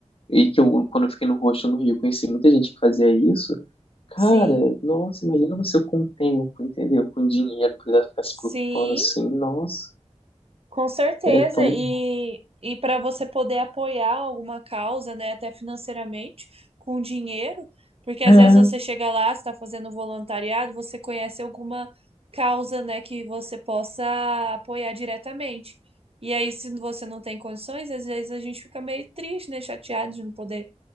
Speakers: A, on the left (about 50°); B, on the right (about 55°).
A: E que eu, quando eu fiquei no rosto no Rio, conheci muita gente que fazia isso. Cara,
B: sim.
A: nossa, imagina você com o tempo, entendeu? Com dinheiro, precisar ficar se
B: Sim.
A: preocupando assim. Nossa,
B: Com certeza,
A: ele é tão.
B: e,
A: bom.
B: e para você poder apoiar alguma causa, né, até financeiramente, com dinheiro, porque às
A: É,
B: vezes você chega lá, está fazendo voluntariado, você conhece alguma causa, né, que você possa apoiar diretamente. E aí, se você não tem condições, às vezes a gente fica meio triste, né, chateado de não poder